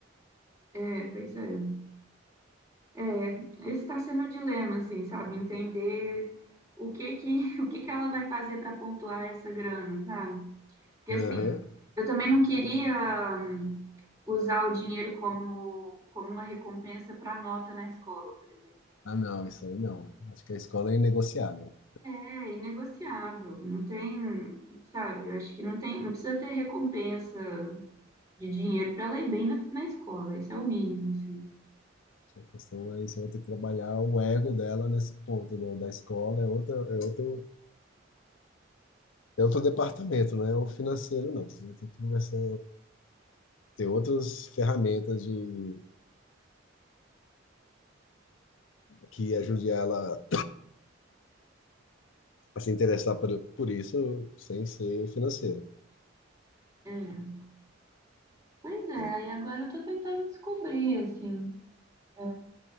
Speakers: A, on the right (about 20°); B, on the left (about 70°).
A: É, pois é. É, esse está sendo o dilema, assim, sabe? Entender o que que, <laughs> o que que ela vai fazer para pontuar essa grana, sabe? Porque, assim,
B: Aham.
A: eu também não queria hum, usar o dinheiro como, como uma recompensa para nota na escola, por exemplo. Porque
B: Ah, não, isso aí não. Acho que a escola é inegociável.
A: é inegociável, não tem, sabe? Eu acho que não tem, não precisa ter recompensa de dinheiro para ela ir bem na, na escola, isso é o mínimo, assim.
B: A questão é isso, eu vou ter que trabalhar o ego dela nesse ponto né? O da escola, é outra, é outro, é outro departamento, não é o financeiro, não. Você vai ter que conversar, ter outras ferramentas de, que ajude ela a se interessar por, por isso sem ser financeiro.
A: É. Pois é,
B: né?
A: aí agora eu tô tentando descobrir, assim. é,